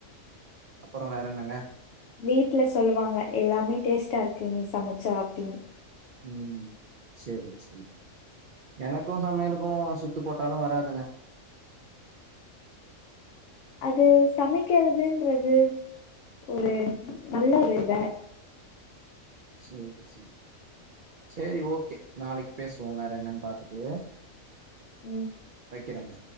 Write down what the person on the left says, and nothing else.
வீட்ல சொல்லுவாங்க எல்லாமே டேஸ்ட்டா இருக்கு நீ சமைச்சா அப்டின்னு.
அது சமைக்கிறதுன்றது ஒரு நல்ல ஒரு வேல.
ம்